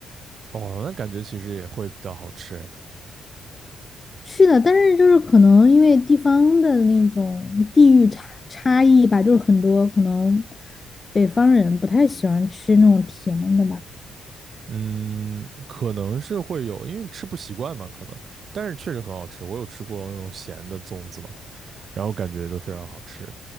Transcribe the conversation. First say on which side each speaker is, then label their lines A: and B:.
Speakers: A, on the right; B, on the left.
A: 哦，那感觉其实也会比较好吃哎。
B: 是的，但是就是可能因为地方的那种地域差差异吧，就是很多可能北方人不太喜欢吃那种甜的吧，
A: 嗯，可能是会有，因为吃不习惯嘛，可能，但是确实很好吃。我有吃过那种咸的粽子嘛，然后感觉都非常好吃，